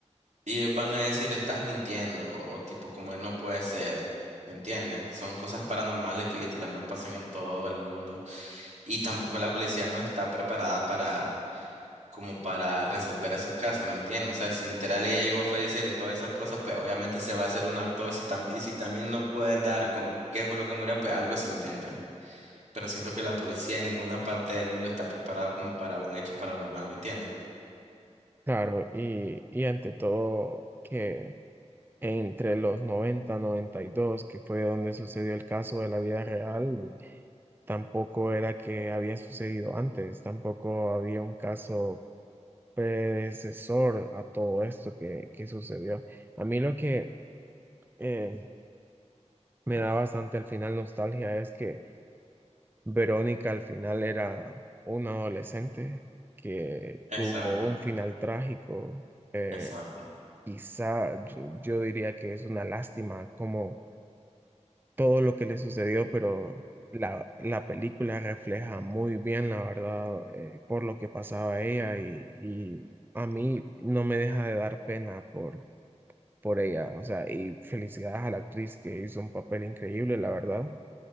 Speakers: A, on the right; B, on the right.
A: Y ellos van a decir, estás mintiendo, o tipo, como que no puede ser. ¿Me entiendes? Son cosas paranormales que literal no pasan en todo el mundo. Y tampoco la policía no está preparada para, como para resolver esos casos, ¿me entiendes? O sea, si literal ella llegó a fallecer y todas esas cosas, pues obviamente se va a hacer una autopsia. Y, si tam- y si también no pueden dar con qué fue lo que murió, pues algo se inventan. Pero siento que la policía en ninguna parte del mundo está preparada como para un hecho paranormal, ¿me entiendes?
B: Claro, y, y ante todo que Entre los 90 92, que fue donde sucedió el caso de la vida real, tampoco era que había sucedido antes, tampoco había un caso predecesor a todo esto que, que sucedió. A mí lo que eh, me da bastante al final nostalgia es que Verónica al final era una adolescente que tuvo
A: Exacto,
B: un final trágico. Eh,
A: exacto.
B: quizá yo yo diría que es una lástima como todo lo que le sucedió, pero la, la película refleja muy bien, la verdad, eh, por lo que pasaba ella y, y a mí no me deja de dar pena por, por ella, o sea, y felicidades a la actriz que hizo un papel increíble, la verdad,